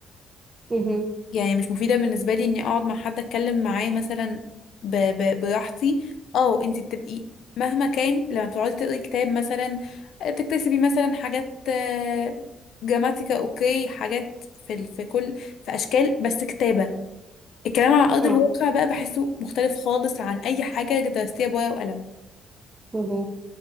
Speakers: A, on the right (about 25°); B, on the left (about 70°).
A: مهو.
B: يعني مش مفيدة بالنسبة لي اني اقعد مع حد اتكلم معاه مثلا ب... ب... براحتي اه انت بتبقي مهما كان لما بتقعدي تقري كتاب مثلا آه، بتكتسبي مثلا حاجات آه، جراماتيكا اوكي حاجات في ال... في كل في اشكال بس كتابة الكلام على ارض
A: اه
B: الواقع بقى بحسه مختلف خالص عن اي حاجة درستيها بورقة وقلم
A: مهو.